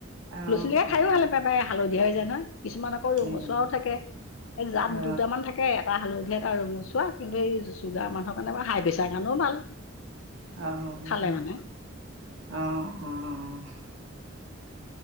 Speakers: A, on the right; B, on the left.
A: অঁ
B: লৰা-ছোৱালীয়ে
A: অঁ
B: খাই ভাল পাই হালধীয়া হৈ যায় নহয় কিছুমান। আকৌ ৰঙচুৱাও
A: অ',
B: থাকে এই জাত
A: অ',
B: দুটামান থাকে। এটা হালধি এটা ৰঙোচুৱা কিন্তু এই চুগাৰ মানুহৰ কাৰণে হাই প্ৰেছাৰ কাৰণেও ভাল।
A: অঁহ', -
B: খালে মানে
A: অহ', -অঁহ', -অঁহ', -।